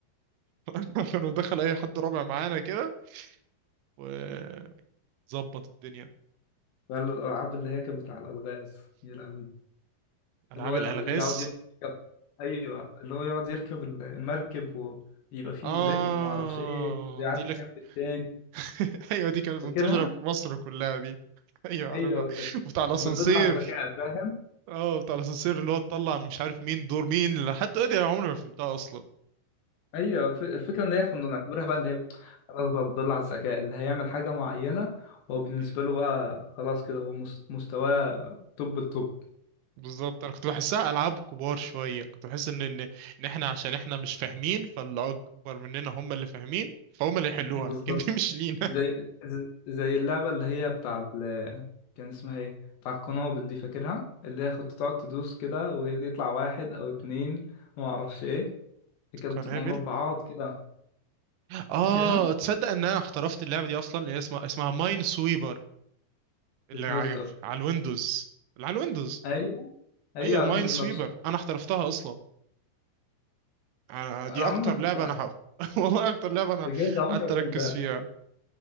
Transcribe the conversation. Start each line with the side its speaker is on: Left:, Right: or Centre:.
Right: <laughs> كانوا دخل اي حد رابع معانا كده وظبط الدنيا
Left: ولا الألعاب اللي هي كانت بتاع الألغاز يا لهوي
Right: العاب
Left: اللي هو
Right: الالغاز
Left: يقعد يركب أيوه اللي هو يقعد يركب المركب ويبقى فيه
Right: اه
Left: ذئب ومعرفش إيه ويعدي
Right: دي لك
Left: جنب التاني
Right: <laughs> ايوه دي كانت منتشره
Left: فاكرها؟
Right: في مصر كلها دي <laughs> ايوه
Left: ايوه
Right: عارفها
Left: كانت
Right: وبتاع الاسانسير
Left: كانت بتدل على الذكاء فاهم
Right: اه بتاع الاسانسير اللي هو تطلع مش عارف مين دور مين لحد دلوقتي انا عمري ما فهمتها اصلا
Left: ايوه الف- الفكره ان هي كنا نعتبرها بقى اللي هي خلاص بقى بتدل على الذكاء اللي هيعمل حاجه معينه هو بالنسبه
Right: مم.
Left: له بقى خلاص كده هو مس- مستواه توب التوب
Right: بالظبط انا كنت بحسها العاب كبار شويه كنت بحس ان ان ان احنا عشان احنا مش فاهمين فاللي اكبر مننا هم اللي فاهمين فهم اللي يحلوها
Left: بالظبط
Right: <laughs> لكن دي مش لينا
Left: زي زي اللعبه اللي هي بتاع ال... كان اسمها ايه بتاع القنابل دي فاكرها اللي هي كنت تقعد تدوس كده وهي يطلع واحد او اتنين وما اعرفش ايه اللي
Right: <laughs>
Left: كانت
Right: قنابل
Left: بتبقى مربعات كده
Right: اه
Left: فاكرها
Right: تصدق ان انا احترفت اللعبه دي اصلا اللي هي اسمها اسمها ماين سويبر اللي
Left: بتهزر
Right: على على الويندوز اللي على الويندوز
Left: ايوه ايوه
Right: ايوه
Left: على
Right: ماين
Left: ويندوز
Right: سويبر
Left: نفسه
Right: انا احترفتها اصلا آه،
Left: انا
Right: دي اكتر
Left: عمري ما فهمتها
Right: لعبه انا حف... <laughs> والله اكتر لعبه انا
Left: بجد عمري
Right: قعدت
Left: ما
Right: اركز
Left: فهمتها
Right: فيها